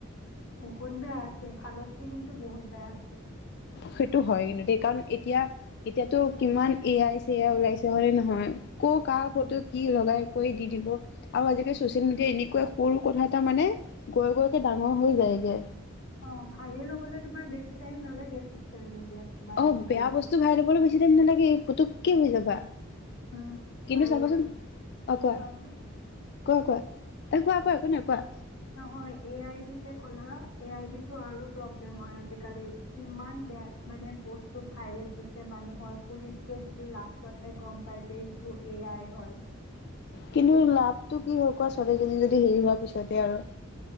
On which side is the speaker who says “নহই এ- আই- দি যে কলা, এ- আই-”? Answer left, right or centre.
Left